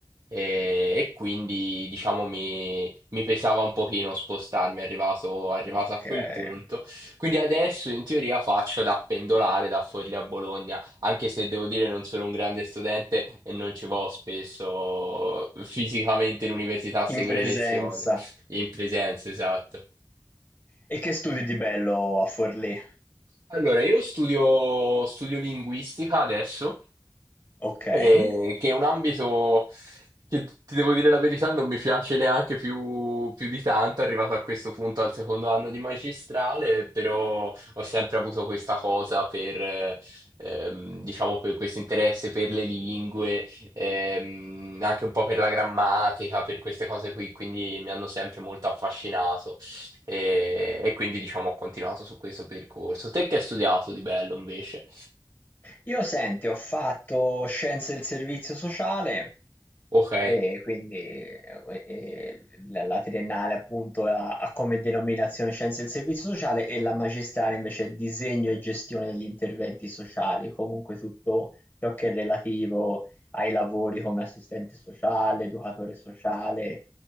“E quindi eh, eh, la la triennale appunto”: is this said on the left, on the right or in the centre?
Left